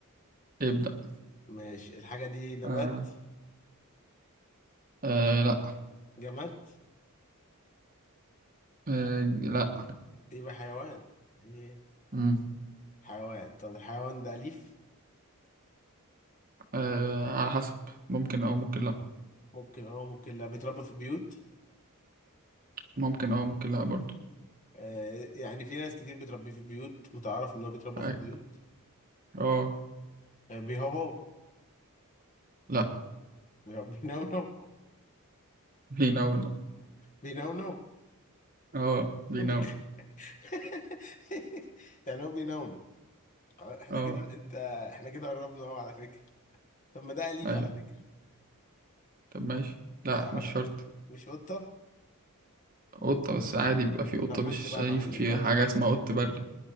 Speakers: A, on the right; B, on the left.
A: ابدا
B: ماشي الحاجه دي نبات
A: آه آه لا
B: جماد
A: آه لا
B: إيه يبقى حيوان هي
A: مم.
B: حيوان طب الحيوان ده أليف
A: آه على حسب ممكن او ممكن لا
B: ممكن اه ممكن لا بيتربى في البيوت
A: ممكن او ممكن لا برضو
B: آه يعني في ناس كتير بتربيه في البيوت متعرف ان هو بيتربى
A: اه
B: في البيوت
A: آه،
B: آه بيهوهو
A: لا
B: بيه- بينونو
A: بيناول
B: بينونو
A: اه بيناول
B: بيخ- <laughs> يعني هو بينونو خلاص، احنا
A: اه
B: كده انت احنا كده قربنا اهو على فكرة طب ما ده أليف
A: ايوه
B: على فكرة
A: طب ماشي لا
B: متعرف
A: مش
B: عليه
A: شرط
B: مش قطة
A: قطة بس عادي بيبقى في قطة
B: طب بص
A: مش شريفة
B: بقى يا معلم
A: في
B: بقى
A: حاجة اسمها قط بري